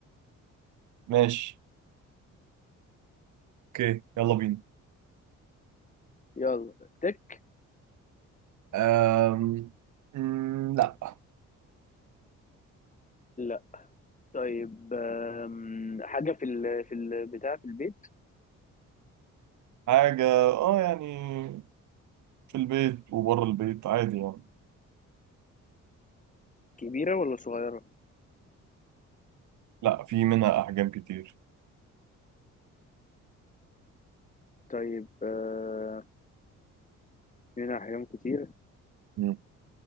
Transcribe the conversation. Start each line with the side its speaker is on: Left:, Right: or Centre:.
Right: ماشي اوكي يلا بينا
Left: يلا تك
Right: أم... مم، لا
Left: لا طيب آم، حاجة في ال في البتاع في البيت
Right: حاجة اه يعني في البيت وبره البيت عادي يعني
Left: كبيرة ولا صغيرة
Right: لا في منها احجام كتير
Left: طيب آه، هنا أحجام كتير
Right: مم.